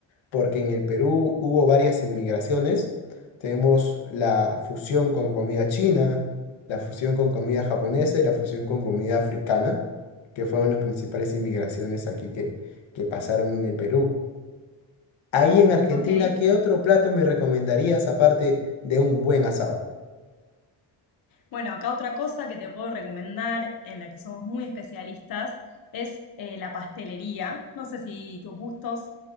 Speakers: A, on the left; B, on the left.
A: porque en el Perú hubo varias inmigraciones. Tenemos la fusión con comida china, la fusión con comida japonesa y la fusión con comida africana, que fueron las principales inmigraciones aquí que, que pasaron en el Perú. Ahí en Argentina,
B: ok.
A: ¿qué otro plato me recomendarías aparte de un buen asado?
B: Bueno, acá otra cosa que te puedo recomendar, en la que somos muy especialistas, es eh, la pastelería. No sé si tus gustos